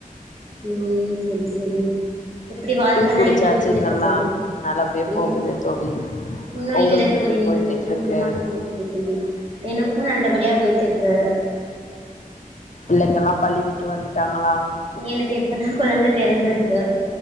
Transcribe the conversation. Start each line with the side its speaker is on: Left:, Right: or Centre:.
Right: உம்ம் செரி செரி எப்டி வாழ்க்கலா
Left: டீ குடிச்சாச்சுங்கல்லா
Right: எப்படி போயிட்டு இருக்க தொழி
Left: நல்லபடியா
Right: இன்
Left: போகுது தோழி
Right: இன்னும்
Left: உங்களுக்கு
Right: இல்ல தோழி
Left: எப்டி போய்கிட்ருக்கு
Right: இங்கிமே தான் போ படிக்கண எனக்கும் நல்லபடியா போயட்டு இருக்க த
Left: பிள்ளங்கல்லா பள்ளி விட்டு வந்துட்டாங்களா
Right: எனக்கு இப்பதா குழந்தை பிறந்து இருக்கு